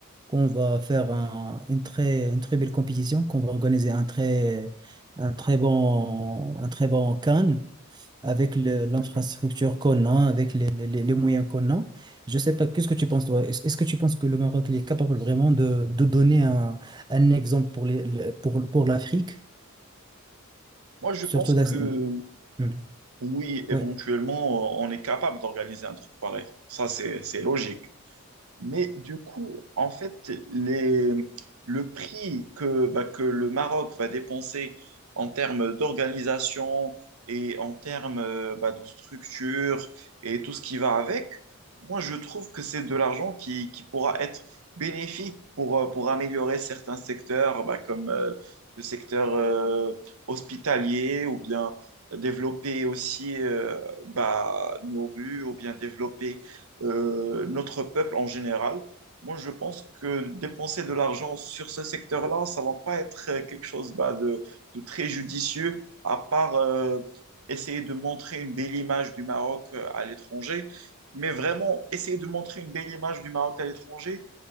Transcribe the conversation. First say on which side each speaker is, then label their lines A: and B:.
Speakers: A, on the right (about 20°); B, on the right (about 80°).
A: qu'on va faire un- une très, une très belle compétition, qu'on va organiser un très, un très bon, un très bon Cannes avec le- l'infrastructure
B: mhm.
A: qu'on a, avec les, les- les- les moyens qu'on a. Je sais pas, qu'est-ce que tu penses, toi? Est-ce est-ce que tu penses que le Maroc il est capable vraiment de, de donner un, un exemple pour les, le- pour, pour l'Afrique,
B: Moi, je
A: surtout
B: pense
A: dans...
B: que
A: Hmm,
B: oui, éventuellement,
A: Oui.
B: euh, on est capable d'organiser un truc pareil. Ça, c'est, c'est logique. Mais du coup, en fait, les, le prix que, bah, que le Maroc va dépenser en termes d'organisation et en termes euh, bah, de structure et tout ce qui va avec, moi, je trouve que c'est de l'argent qui, qui pourra être bénéfique pour, euh, pour améliorer certains secteurs, bah, comme euh, le secteur euh, hospitalier ou bien développer aussi euh, bah, nos rues ou bien développer euh, notre peuple en général. Moi, je pense que dépenser de l'argent sur ce secteur-là, ça va pas être euh, quelque chose bah, de, de très judicieux, à part euh, essayer de montrer une belle image du Maroc euh, à l'étranger. Mais vraiment, essayer de montrer une belle image du Maroc à l'étranger,